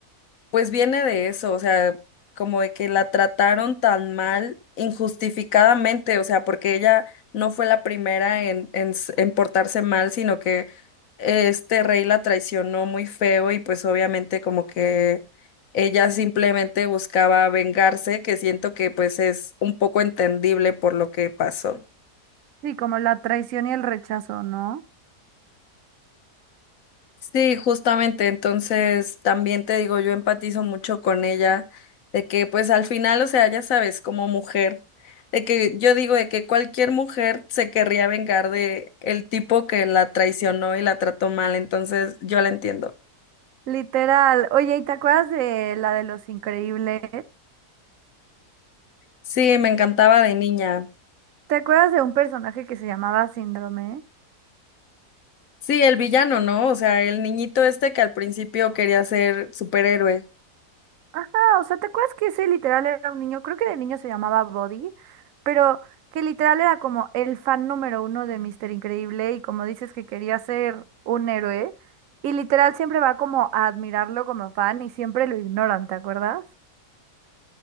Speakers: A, on the left; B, on the right.
A: pues viene de eso, o sea, como de que la trataron tan mal injustificadamente, o sea, porque ella no fue la primera en, en, s- en portarse mal, sino que este rey la traicionó muy feo y pues obviamente como que ella simplemente buscaba vengarse, que siento que pues es un poco entendible por lo que pasó.
B: Sí, como la traición y el rechazo, ¿no?
A: Sí, justamente, entonces también te digo, yo empatizo mucho con ella, de que pues al final, o sea, ya sabes, como mujer, de que yo digo de que cualquier mujer se querría vengar de el tipo que la traicionó y la trató mal, entonces yo la entiendo.
B: Literal. Oye, ¿y te acuerdas de la de los increíbles?
A: Sí, me encantaba de niña.
B: ¿Te acuerdas de un personaje que se llamaba Síndrome?
A: Sí, el villano, ¿no? O sea, el niñito este que al principio quería ser superhéroe.
B: Ajá, o sea, ¿te acuerdas que ese literal era un niño? Creo que de niño se llamaba Body, pero que literal era como el fan número uno de Mister Increíble y como dices que quería ser un héroe, y literal siempre va como a admirarlo como fan y siempre lo ignoran, ¿te acuerdas?